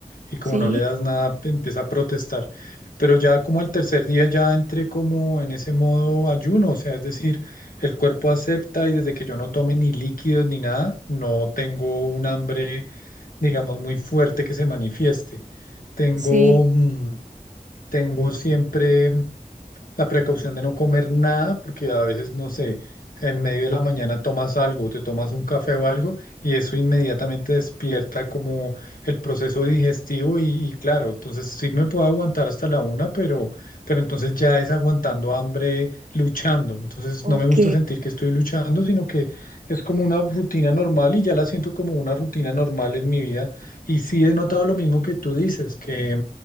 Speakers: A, on the left; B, on the right.
A: y como
B: sí,
A: no le das nada pe- empieza a protestar. Pero ya como el tercer día ya entré como en ese modo ayuno, o sea, es decir, el cuerpo acepta y desde que yo no tome ni líquidos ni nada, no tengo un hambre digamos, muy fuerte que se manifieste. Tengo,
B: sí,
A: mm, tengo siempre la precaución de no comer nada, porque a veces, no sé, en medio de la mañana tomas algo, te tomas un café o algo, y eso inmediatamente despierta como el proceso digestivo y, y claro, entonces sí me puedo aguantar hasta la una, pero, pero entonces ya es aguantando hambre, luchando. Entonces
B: ok.
A: no me gusta sentir que estoy luchando, sino que es como una rutina normal y ya la siento como una rutina normal en mi vida. Y sí he notado lo mismo que tú dices, que...